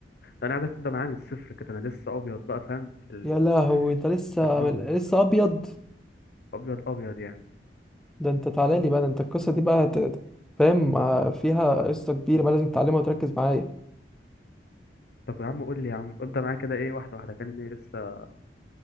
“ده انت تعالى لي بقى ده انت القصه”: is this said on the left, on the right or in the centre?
Centre